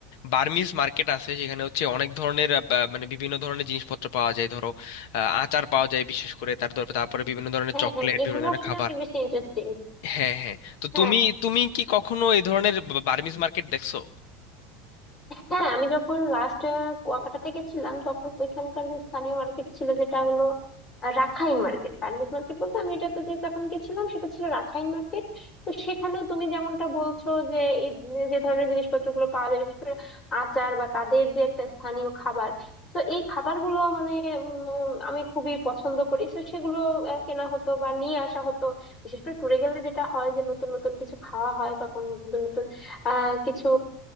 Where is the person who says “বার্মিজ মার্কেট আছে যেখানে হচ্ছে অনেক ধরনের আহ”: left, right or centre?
Left